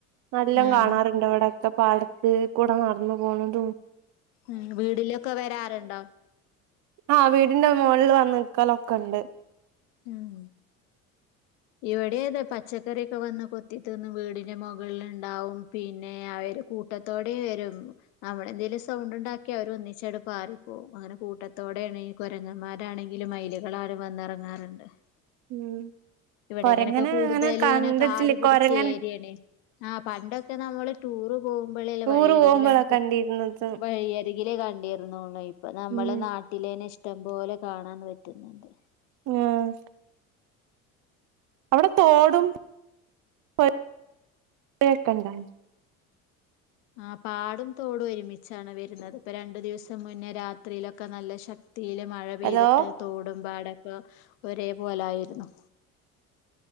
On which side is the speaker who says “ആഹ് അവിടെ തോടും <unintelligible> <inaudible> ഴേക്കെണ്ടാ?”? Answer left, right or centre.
Right